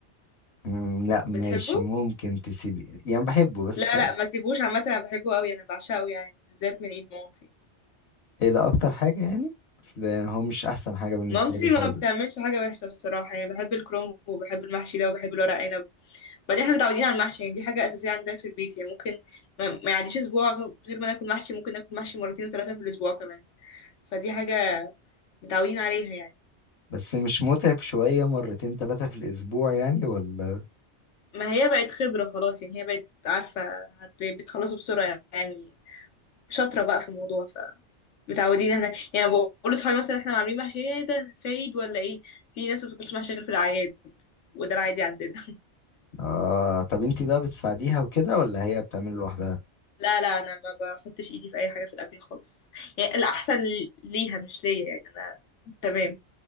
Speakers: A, on the left; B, on the left.
A: مم، لا ماشي
B: بتحبه
A: ممكن تسيبي يعني بحبه بس
B: لا لا ما سيبوش عامه انا بحبه قوي انا بعشقه يعني بالذات من ايد مامتي
A: ايه ده اكتر حاجة يعني اصل هو مش احسن حاجة بالنسبة
B: مامتي
A: لي خالص
B: ما بتعملش حاجه وحشه الصراحه يعني بحب الكرنب وبحب المحشي ده وبحب الورق عنب وبعدين احنا متعودين على المحشي يعني دي حاجه اساسيه عندنا في البيت يعني ممكن ما ما يعديش اسبوع غير ما ناكل محشي ممكن ناكل محشي مرتين وثلاثه في الاسبوع كمان فدي حاجة متعودين عليها يعني
A: بس مش متعب شوية مرتين ثلاثة في الاسبوع يعني ولا
B: ما هي بقت خبرة خلاص يعني هي بقت عارفة هت- بتخلصوا بسرعة يعني شاطرة بقى في الموضوع ف متعودين احنا يعني بقول لصحابي مثلا احنا عاملين محشي ايه ده في عيد ولا ايه في ناس ما بتاكلش محشي غير في الاعياد وده العادي عندنا <laughs>
A: اه طب انتي بقى بتساعديها وكده ولا هي بتعمل لوحدها
B: لا لا انا ما بحطش ايدي في اي حاجة في الاكل خالص يعني الاحسن ليها مش ليا يعني انا تمام